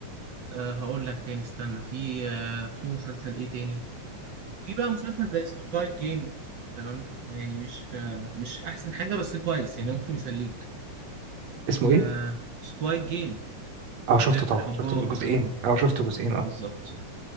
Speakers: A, on the right; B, on the right.
A: آه هقول لك تاني استنى في آه في مسلسل ايه تاني في بقى مسلسل زي سكايب جيم تمام يعني مش آه مش احسن حاجة بس كويس يعني ممكن يسليك
B: اسمه ايه
A: آه سكوايد جيم
B: اه شفته
A: لعبة
B: طبعا
A: الحبار
B: شفت الجزئين
A: ايوه
B: اه شفت جزئين
A: آه
B: اه
A: بالظبط